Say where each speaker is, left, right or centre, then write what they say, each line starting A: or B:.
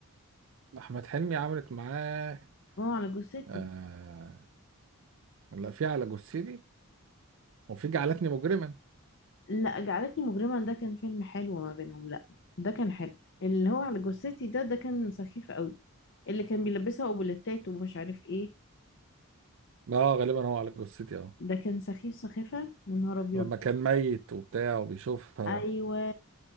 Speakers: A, on the right (about 60°); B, on the left (about 55°).
A: احمد حلمي عملت معاه
B: اه على جثتي
A: آه... لا في على جثتي وفي جعلتني مجرما
B: لا جعلتني مجرما ده كان فيلم حلو ما بينهم لا ده كان حلو اللي هو على جثتي ده ده كان سخيف قوي اللي كان بيلبسها اوبليتات ومش عارف ايه
A: اه غالبا هو على جثتي اه
B: ده كان سخيف سخيفة يا نهار ابيض
A: لما كان ميت وبتاع وبيشوفها
B: ايوه
A: و...